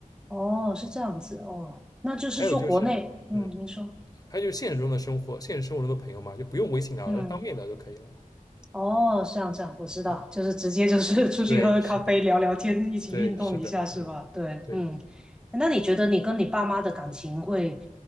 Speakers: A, in the centre; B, on the left.
A: 哦，是这样子哦，那就是说国内，
B: 还有就是，
A: 嗯，
B: 嗯，
A: 您说，
B: 还有就是现实中的生活，现实生活中的朋友嘛，就不用微信聊了，
A: 嗯，
B: 当面聊就可以了。
A: 哦，这样这样，我知道，
B: 嗯，
A: 就是直接就是 <laughs> 出去喝喝咖啡、
B: 对，是的，
A: 聊聊天，一起运动一下，
B: 对，是的，
A: 是吧？
B: 嗯，
A: 对，
B: 对。
A: 嗯，那你觉得你跟你爸妈的感情会